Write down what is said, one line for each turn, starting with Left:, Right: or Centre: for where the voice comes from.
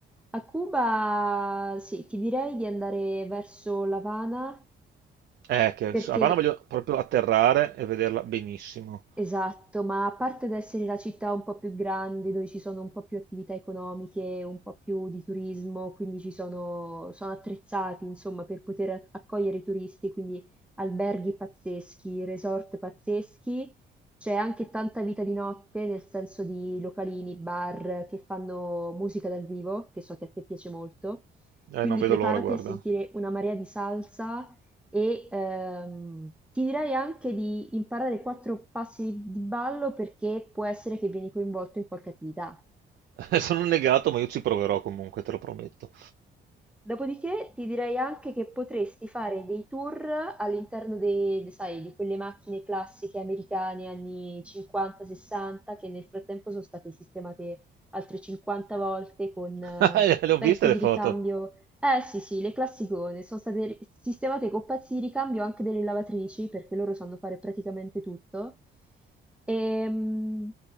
Centre: a Cuba sì, ti direi di andare verso l'Avana
Right: Eh, che
Centre: perché
Right: su Havana voglio proprio atterrare e vederla benissimo.
Centre: Esatto, ma a parte ad essere la città un po' più grande, dove ci sono un po' più attività economiche, un po' più di turismo, quindi ci sono, sono attrezzati, insomma, per poter ac- accogliere i turisti, quindi alberghi pazzeschi, resort pazzeschi, c'è anche tanta vita di notte, nel senso di localini, bar che fanno musica dal vivo, che so che a te piace molto.
Right: Eh,
Centre: Quindi
Right: non vedo
Centre: preparati
Right: l'ora, guarda.
Centre: a sentire una marea di salsa, e ehm, ti direi anche di imparare quattro passi di ballo perché può essere che vieni coinvolto in qualche attività.
Right: <laughs> Sono un negato, ma io ci proverò comunque, te lo prometto.
Centre: Dopodiché ti direi anche che potresti fare dei tour all'interno dei- sai, di quelle macchine classiche americane anni 50-60 che nel frattempo sono state sistemate altre 50 volte con eh,
Right: <laughs> Le ho
Centre: pezzi
Right: viste le
Centre: di
Right: foto.
Centre: ricambio Eh sì sì, le classicone, sono state ri- sistemate con pezzi di ricambio anche delle lavatrici, perché loro sanno fare praticamente tutto. Ehm,